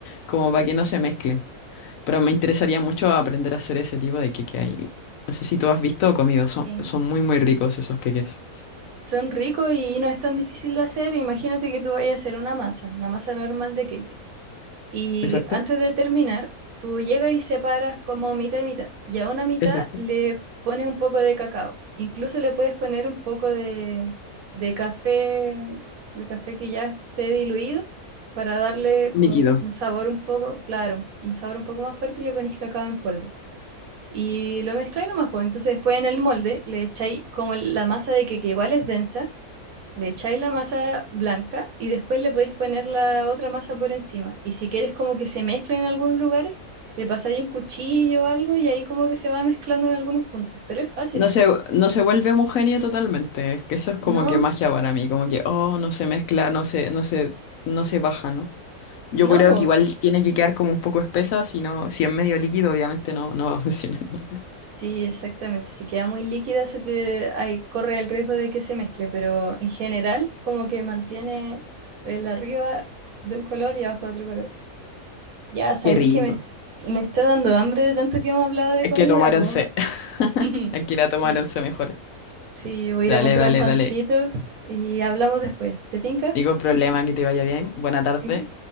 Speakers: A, on the left; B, on the right.
A: como para que no se mezclen. Pero me interesaría mucho aprender a hacer ese tipo de queque ahí. No sé si tú has visto o comido. Son,
B: sí.
A: son muy, muy ricos esos queques.
B: Son ricos y no es tan difícil de hacer. Imagínate que tú vayas a hacer una masa, una masa normal de queque. Y
A: Exacto,
B: antes de terminar, tú llegas y separas como mitad y mitad. Y a una mitad
A: exacto.
B: le pones un poco de cacao. Incluso le puedes poner un poco de, de café, de café que ya esté diluido, para darle
A: Líquido.
B: como un, un sabor un poco, claro, un sabor un poco más fuerte y le pones cacao en polvo. Y lo mezcláis nomás, pues. Entonces después en el molde le echáis como la masa de que, que igual es densa le echáis la masa blanca y después le podéis poner la otra masa por encima. Y si quieres como que se mezcle en algunos lugares, le pasáis un cuchillo o algo y ahí como que se va mezclando en algunos puntos. Pero es fácil.
A: No se, no se vuelve homogénea totalmente. Es que eso es como
B: No,
A: que magia para mí, como que, oh, no se mezcla, no se, no se, no se baja, ¿no? Yo
B: no,
A: creo
B: pues
A: que igual tiene que quedar como un poco espesa, si no, si es medio líquido, obviamente no, no va a funcionar, ¿no?
B: sí, exactamente. Si queda muy líquida, se te, ahí corre el riesgo de que se mezcle, pero en general como que mantiene el arriba de un color y abajo de otro color. Ya, sabéis
A: Qué rico.
B: que me, me está dando hambre de tanto que hemos hablado de
A: Hay
B: comida,
A: que tomar
B: pues.
A: once, <laughs>
B: <laughs>
A: hay que ir a tomar
B: Sí.
A: once mejor.
B: Sí, voy a
A: Dale,
B: ir a comprar
A: dale,
B: un pancito
A: dale.
B: y hablamos después. ¿Te tinca?
A: Digo, problema, que te vaya bien. Buena tarde
B: Mm,